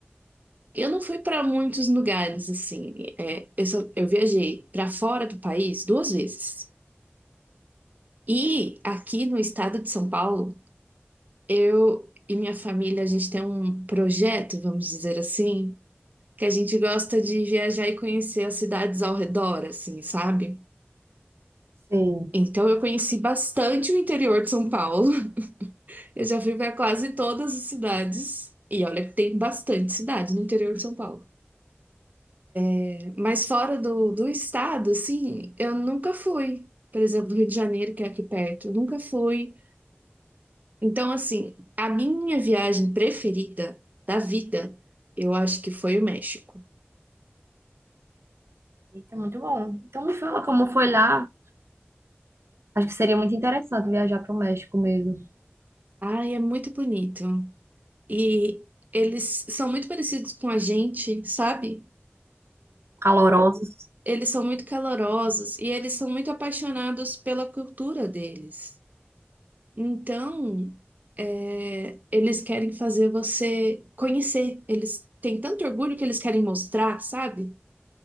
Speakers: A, on the right (about 40°); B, on the right (about 80°).
A: Eu não fui para muitos lugares assim. é, eu só, eu viajei para fora do país duas vezes. E aqui no estado de São Paulo, eu e minha família, a gente tem um projeto, vamos dizer assim, que a gente gosta de viajar e conhecer as cidades ao redor, assim, sabe?
B: Sim.
A: Então eu conheci bastante o interior de São Paulo. <laughs> Eu já fui para quase todas as cidades. E olha que tem bastante cidade no interior de São Paulo. É, Mas fora do, do estado, assim, eu nunca fui. Por exemplo, no Rio de Janeiro, que é aqui perto, eu nunca fui. Então, assim, a minha viagem preferida da vida, eu acho que foi o México.
B: Eita, muito bom. Então me fala como foi lá. Acho que seria muito interessante viajar pro México mesmo.
A: Ai, é muito bonito. E eles são muito parecidos com a gente, sabe?
B: Calorosos.
A: Eles são muito calorosos e eles são muito apaixonados pela cultura deles. Então, é, eles querem fazer você conhecer. Eles têm tanto orgulho que eles querem mostrar, sabe?